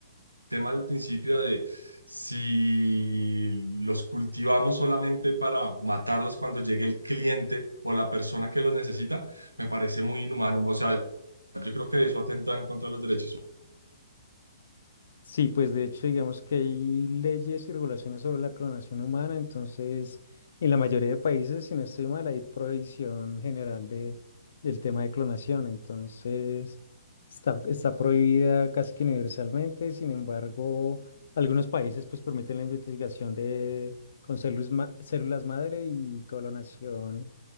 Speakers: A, on the right (about 80°); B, on the left (about 55°).
A: tema al principio de si los cultivamos solamente para matarlos cuando llegue el cliente o la persona que los necesita, me parece muy inhumano. O sea, yo creo que eso atenta en contra de los derechos humanos.
B: Sí, pues de hecho, digamos que hay leyes y regulaciones sobre la clonación humana, entonces en la mayoría de países, si no estoy mal, hay prohibición general de, del tema de clonación, entonces está, está prohibida casi que universalmente, sin embargo, algunos países pues permiten la investigación de, con células, ma- células madre y clonación